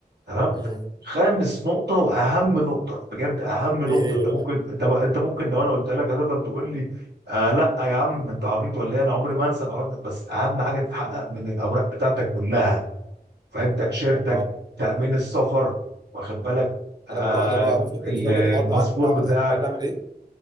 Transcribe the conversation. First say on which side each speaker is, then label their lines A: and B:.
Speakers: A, on the right; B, on the right.
A: تمام
B: امم
A: خامس نقطة وأهم نقطة بجد أهم نقطة
B: ايه هي
A: أنت
B: بقى؟
A: ممكن أنت أنت ممكن لو أنا قلتها لك هتفضل تقول لي آه لا يا عم أنت عبيط ولا إيه أنا عمري ما أنسى الحوار ده بس أهم حاجة تتحقق من الأوراق بتاعتك كلها فاهم تأشيرتك
B: اه
A: تأمين السفر واخد بالك آه
B: انا بقى انا بقى بفكر
A: ال-
B: بسبب
A: الباسبور
B: الحوار ده عارف بعمل-
A: بتاعك
B: عايز اعمل ايه؟